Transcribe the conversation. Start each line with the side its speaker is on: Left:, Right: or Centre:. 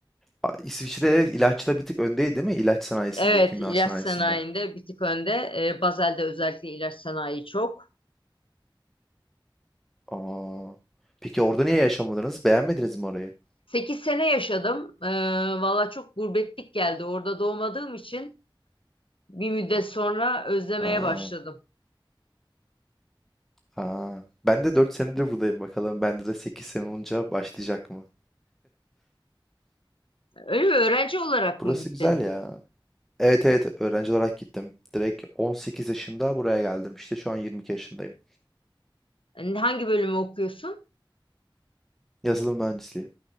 Centre: A- İsviçre evet, ilaçta bir tık öndeydi değil mi? İlaç sanayisinde,
Left: Evet,
Centre: kimya
Left: ilaç
Centre: sanayisinde.
Left: sanayinde bir tık önde. Ee, Bazel'de özellikle ilaç sanayi çok.
Centre: Aa. Peki orada niye yaşamadınız? Beğenmediniz mi orayı?
Left: Sekiz sene yaşadım. Ee, valla çok gurbetlik geldi. Orada doğmadığım için bir müddet sonra özlemeye
Centre: Aa,
Left: başladım.
Centre: aa. Ben de 4 senedir buradayım bakalım. Bende de 8 sene olunca başlayacak mı?
Left: Öyle mi? Öğrenci olarak
Centre: Burası
Left: mı gittin?
Centre: güzel ya. Evet evet öğrenci olarak gittim. Direkt 18 yaşında buraya geldim. İşte şu an 22 yaşındayım.
Left: Hani Hangi bölümü okuyorsun?
Centre: Yazılım mühendisliği.